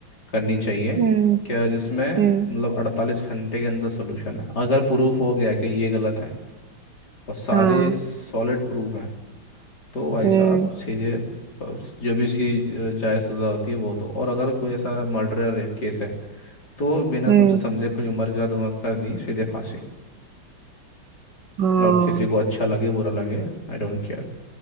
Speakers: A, on the left (about 50°); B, on the right (about 60°).
A: करनी चाहिए
B: हम्म
A: क्या जिसमें मतलब
B: हम्म
A: अड़तालीस घंटे के अंदर सोल्यूशन है अगर प्रूफ हो गया कि ये गलत है और सारे
B: हाँ
A: सॉलिड प्रूफ हैं तो भाई
B: हम्म
A: साहब सीधे अ, जो भी उसकी अ, जायज़ सज़ा होती है वो दो और अगर कोई ऐसा मर्डर या रेप केस है तो बिना
B: हम्म
A: सोचे समझे कोई उम्र का नमस्कार नहीं सीधे फांसी
B: हाँ
A: अब किसी को अच्छा लगे बुरा लगे आई डोंट केयर